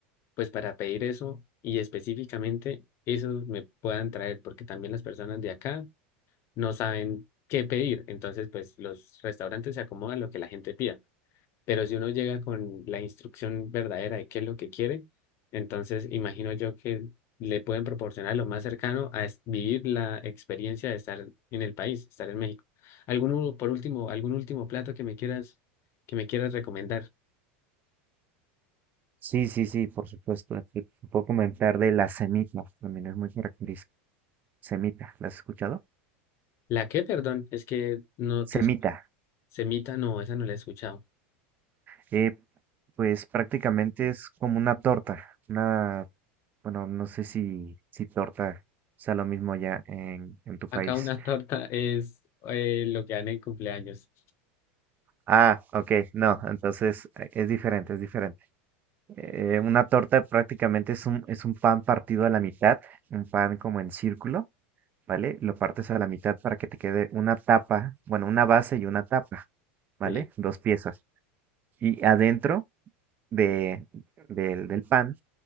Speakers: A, on the left (about 45°); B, on the right (about 30°).
A: Pues para pedir eso y específicamente eso me puedan traer, porque también las personas de acá no saben qué pedir. Entonces, pues los restaurantes se acomodan lo que la gente pida. Pero si uno llega con la instrucción verdadera de qué es lo que quiere, entonces imagino yo que le pueden proporcionar lo más cercano a es- vivir la experiencia de estar en el país, estar en México. ¿Algún, por último, algún último plato que me quieras, que me quieras recomendar?
B: Sí, sí, sí, por supuesto. Te puedo comentar de la semita, también es muy característica. Semita, ¿la has escuchado?
A: ¿La qué, perdón? Es que no
B: Semita.
A: te escucho. Semita, no, esa no la he escuchado.
B: que pues prácticamente es como una torta, una, bueno, no sé si, si torta sea lo mismo ya en, en tu país.
A: Acá una <laughs> torta es eh, lo que dan en cumpleaños.
B: Ah, ok, no, entonces eh, es diferente, es diferente. Eh, una torta prácticamente es un, es un pan partido a la mitad, un pan como en círculo, ¿vale? Lo partes a la mitad para que te quede una tapa, bueno, una base y una tapa, ¿vale?
A: Sí.
B: Dos piezas. Y adentro de, del del pan